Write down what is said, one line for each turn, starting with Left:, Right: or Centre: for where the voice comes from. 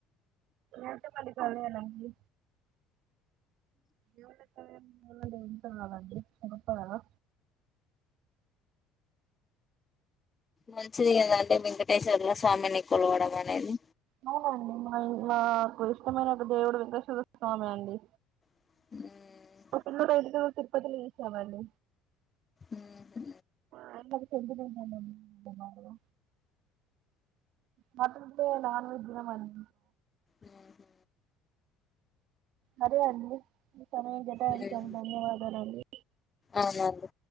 Right: రెండు మరి పదిహేనండి ఎవ్డోత్తవే ఏమన్న ఉంటవా మరి ఉంటవా
Left: మంచిదే కదంటే వెంకటేశ్వర్ల స్వామిని కొలవడం అనేది
Right: అవునండి మా ఇంట్ల మాకు ఇష్టమైన ఒక దేవుడు వెంకటేశ్వర స్వామి అండి
Left: హుమ్
Right: పిల్లోడు అయినతరువాత తిరుపతిలో ఏసామండి
Left: ఉహు
Right: మా అది సెంటిమెంట్ అండి మతుంటె నాన్ వెజ్ తినమండి
Left: ఉమ్ హు
Right: అదే అండి చన జతా అయితను
Left: ఉమ్
Right: ధన్యవాదాలు అండి
Left: అవునండి